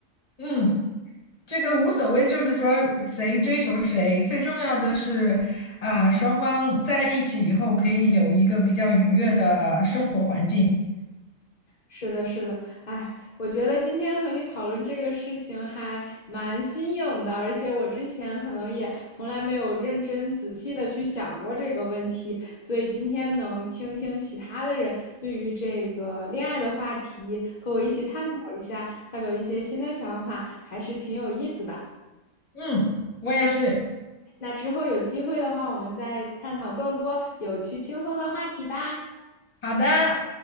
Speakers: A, on the left (about 30°); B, on the left (about 50°).
A: 嗯。这个无所谓，就是说谁追求谁，最重要的是，啊、双方在一起以后可以有一个比较愉悦的生活环境。
B: 是的，是的，哎，我觉得今天和你讨论这个事情还蛮新颖的，而且我之前可能也从来没有认真仔细的去想过这个问题，所以今天能听听其他的人对于这个恋爱的话题和我一起探讨一下，发表一些新的想法，还是挺有意思的。
A: 嗯，我也是。
B: 那那之后有机会的话，我们再探讨更多有趣轻松的话题吧。
A: 好的。